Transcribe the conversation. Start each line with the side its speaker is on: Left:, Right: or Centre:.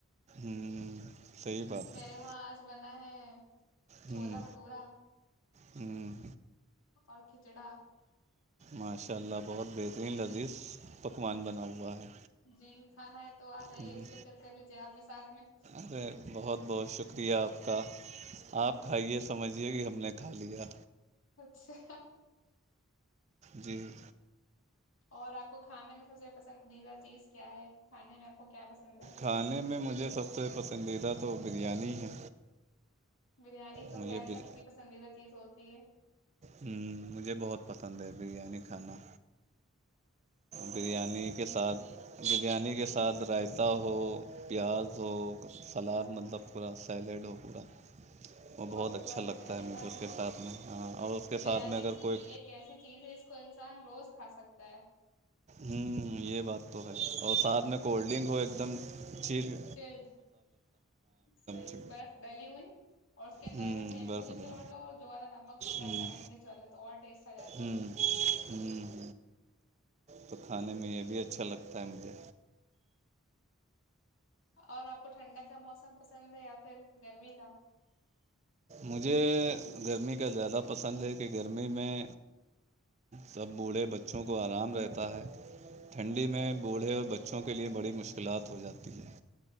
Right: ہوں صحیح بات
Left: میرے
Right: ہے
Left: وہاں آج بنا ہے چھولا
Right: ہوں
Left: بھٹورا
Right: ہوں
Left: اور کھچڑا
Right: ماشاء اللہ بہت بہترین لذیذ پکوان بنا ہوا ہے
Left: جی کھانا ہے تو آ جائیے
Right: ہوں
Left: شرکت کر لیجیے آپ بھی ساتھ میں
Right: ارے بہت بہت شکریہ آپ کا آپ کھائیے سمجھیے کہ ہم نے ککھا لیا
Left: اچھا
Right: جی
Left: اور آپ کو کھانے میں سب سے پسند دیزرا چیز کیا ہے کھانے میں آپ کو کیا پسند ہے
Right: کھانے میں مجھے سب سے پسندیدہ تو بریانی ہے
Left: بریانی تو
Right: مجھے
Left: خیر
Right: بر...
Left: سب کی پسندیدہ چیز ہوتی ہے
Right: ہ مجھے بہت پسند ہے بریانی کھانا بریانی کے ساتھ بریانی کے ساتھ رائتتا ہو پیاز ہو سلاد
Left: ہاں
Right: مطلب پورا سیلیڈ ہو پورا وہ بہت
Left: مزہ
Right: اچھا
Left: آتا
Right: لگتا
Left: بریانی
Right: ہے مجھے
Left: کھانے
Right: اس کے ساتھ میں ہاں اور اس کے
Left: بریانی
Right: ساتھ میں اگر کوئی
Left: ایک ایسی چیز ہے جس کو انسان روز کھا سکتا ہے
Right: ہوں یہ بات تو ہے اور ساتھ میں کولڈ ڈرنک ہو ایک دم چھیل
Left: جلد صحیح
Right: چل
Left: برف ڈلی ہوئی اور اس کے اندر
Right: ہوں
Left: اگر ممبو
Right: برف
Left: نچوڑ
Right: ڈالا
Left: لو جو والا نمک ہوتا
Right: ہوں
Left: ہے کالی مرچ والا تو اور ٹیسٹ آ جاتا
Right: ہوں
Left: ہے
Right: ہوں تو کھانے میں یہ بھی اچھا لگتا ہے مجھے
Left: اور آپ کو ٹھنڈک کا موسم پسند ہے یا پھر گرمی کا
Right: مجھے گرمی کا زیادہ پسند ہے کہ گرمی میں سب بوڑھے بچوں کو آرام رہتا ہے ٹھنڈی میں بوڑھے اور بچوں کے لیے بڑی مشکلات ہو جاتی ہے